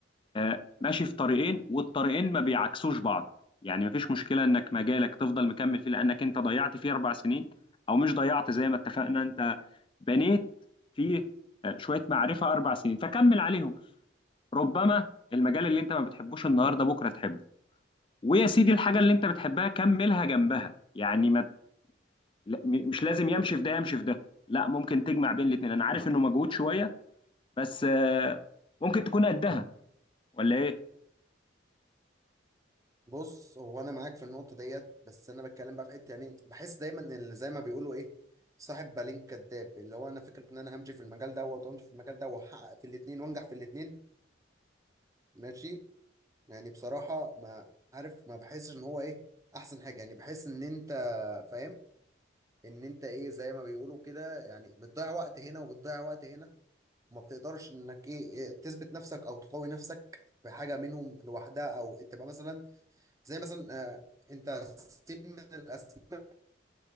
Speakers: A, on the left; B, on the right.
A: آه، ماشي في طريقين والطريقين ما بيعكسوش بعض يعني مفيش مشكلة انك مجالك تفضل مكمل فيه لانك انت ضيعت فيه اربع سنين او مش ضيعت زي ما اتفقنا انت بنيت فيه آه، شوية معرفة اربع سنين فكمل عليهم ربما المجال اللي انت ما بتحبوش النهاردة بكرة تحبه ويا سيدي الحاجة اللي انت بتحبها كملها جنبها يعني ما لا، م- مش لازم يمشي في ده يمشي في ده لا ممكن تجمع بين الاتنين انا عارف انه مجهود شوية بس آه، ممكن تكون قدها ولا ايه؟
B: بص هو انا معاك في النقطه ديت بس انا بتكلم بقى في حته يعني بحس دايما ان اللي زي ما بيقولوا ايه صاحب بالين كداب اللي هو انا فكره ان انا همشي في المجال دوت وامشي في المجال ده واحقق في الاثنين وانجح في الاثنين ماشي يعني بصراحه ما عارف ما بحسش ان هو ايه احسن حاجه يعني بحس ان انت فاهم ان انت ايه زي ما بيقولوا كده يعني بتضيع وقت هنا وبتضيع وقت هنا وما بتقدرش انك ايه إيه تثبت نفسك او تقوي نفسك في حاجه منهم لوحدها او تبقى مثلا زي مثلا آه، انت سين من الاسماء